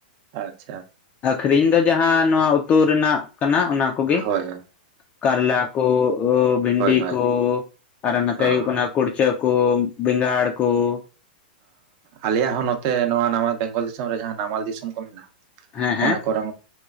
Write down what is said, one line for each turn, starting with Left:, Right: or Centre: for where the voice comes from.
Right: ᱟᱪᱪᱷᱟ
Left: ᱟᱠᱷᱨᱤᱧ ᱫᱚ ᱡᱟᱦᱟᱸ ᱱᱚᱣᱟ ᱩᱛᱩ ᱨᱮᱱᱟᱜ ᱠᱟᱱᱟ ᱚᱱᱟ ᱠᱚᱜᱮ
Right: ᱦᱟᱭ ᱦᱚᱭ
Left: ᱠᱟᱨᱞᱟ ᱠᱚ ᱵᱷᱤᱱᱰᱤ
Right: ᱦᱳᱭ
Left: ᱠᱚ ᱟᱨᱚ ᱱᱚᱛᱮ
Right: ᱚ
Left: ᱦᱩᱭᱩᱜ ᱠᱟᱱᱟ ᱠᱩᱲᱪᱟᱹ ᱠᱚ ᱵᱮᱸᱜᱟᱲ ᱠᱚ ᱾
Right: ᱟᱞᱮᱭᱟᱜ ᱦᱚᱸ ᱱᱚᱛᱮ ᱱᱚᱣᱟ ᱱᱟᱢᱟᱞ ᱵᱮᱝᱜᱚᱞ ᱫᱤᱥᱚᱢ ᱨᱮ ᱡᱟᱦᱟᱸ ᱱᱟᱢᱟᱞ ᱫᱤᱥᱚᱢ ᱠᱚ ᱢᱮᱱᱟᱜᱼᱟ
Left: ᱦᱮᱸ ᱦᱮᱸ
Right: ᱚᱱᱟ ᱠᱚ ᱚᱱᱟ